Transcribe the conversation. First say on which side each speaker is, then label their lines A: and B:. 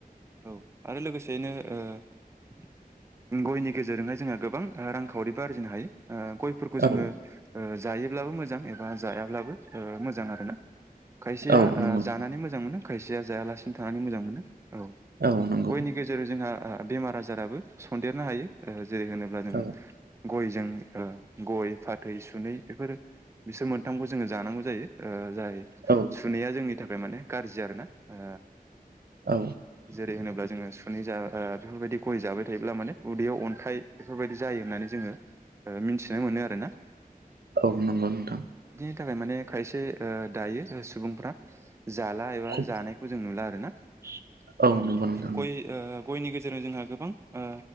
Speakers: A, on the right (about 15°); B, on the right (about 85°).
A: औ आरो लोगोसेयैनो गयनि गेजेरजोंहाय जोंहा गोबां रांखावरिबो आरजिनो हायो गयफोरखौ जोङो
B: औ
A: ओ जायोब्लाबो मोजां एबा जायाब्लाबो मोजां आरो ना। खायसेया
B: औ
A: ओ
B: नंगौ नोंथां
A: जानानै मोजां मोनो खायसेया जायालासिनो थानानै मोजां मोनो औ।
B: औ नंगौ
A: गयनि गेजेरजों जोंहा बेमार आजाराबो सन्देरनो हायो जेरै होनोब्ला जोङो
B: औ
A: गयजों गय फाथै सुनै बेफोर बिसोर मोनथामखौ जोङो जानांगौ जायो ओ जाय
B: औ
A: सुनैया जोंनि थाखाय माने गाज्रि आरोना ओ
B: औ
A: जेरै होनोब्ला जोङो सुनै जा बेफोरबायदि गय जाबाय थायोब्ला माने उदैयाव अन्थाइ बेफोरबायदि जायो होननानै जोङो मिथिनो मोनो आरोना
B: औ नंगौ नोंथां।
A: नि थाखाय माने खायसे दायो सुबुंफ्रा जाला एबा
B: खुब
A: जानायखौ जों नुला आरो ना।
B: औ
A: गयनि
B: नंगौ नोंथां
A: ओ गेजेरजों जोंहा गोबां ओ